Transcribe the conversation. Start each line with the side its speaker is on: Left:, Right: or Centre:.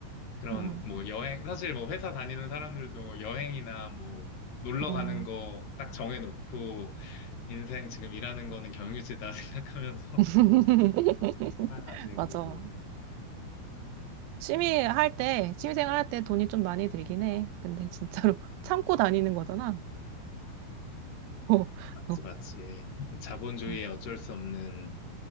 Left: 그런
Right: 응,
Left: 뭐 여행, 사실 뭐 회사 다니는 사람들도 여행이나 뭐 놀러
Right: 응.
Left: 가는 거 딱 정해놓고, 인생 지금 일하는 거는 경유지다 <laughs> 생각하면서
Right: <laughs>
Left: 하나 가지,
Right: 맞아.
Left: 그리고.
Right: 취미 할 때, 취미 생활 할 때 돈이 좀 많이 들긴 해. 근데 진짜로 <laughs> 참고 다니는 거잖아. <laughs> 어,
Left: 맞지,
Right: 어,
Left: 맞지. 자본주의의
Right: 음.
Left: 어쩔 수 없는